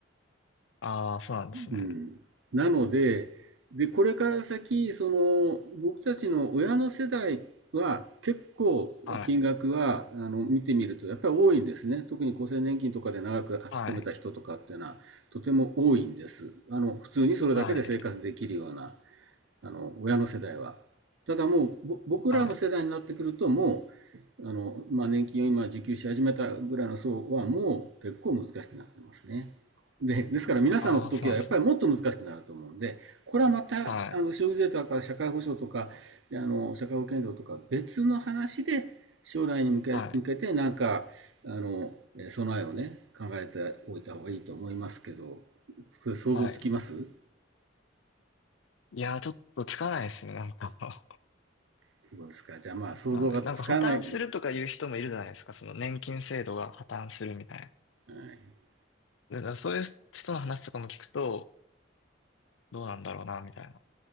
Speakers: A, on the left; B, on the right.
A: ああ、そうなんですね。
B: うん。なので、で、これから先、その、僕たちの親の世代は結構金額は、
A: はい。
B: あの、見てみるとやっぱり多いんですね。特に厚生年金とかで長く勤めた人とかっていうのはとても多いんです。
A: はい。
B: あの、普通にそれだけで生活できるような
A: はい。
B: あの、親の世代は。ただもう、僕らの世代になってくると、
A: はい。
B: もう、あの、まあ、年金を今受給し始めたぐらいの層は、もう結構難しくなってますね。で、ですから皆さんの時はやっぱりもっと難しくなると思うんで、
A: ああ、そうなんですね。
B: これはまた、
A: はい。
B: あの、消費税とか社会保障とか、あの、社会保険料とか別の話で、将来に向け、
A: はい。
B: 向けてなんか、あの、備えをね、考えておいた方がいいと思いますけど、想像つきます
A: はい。いやー、ちょっとつかないですね、なんか。<laughs>
B: そうですか。じゃあまあ想像がつかない。
A: はい。なんか破綻するとか言う人もいるじゃないですか。
B: は
A: その年金制度が破綻するみたいな。
B: い。
A: だからそういう人の話とかも聞くと、どうなんだろうな、みたいな。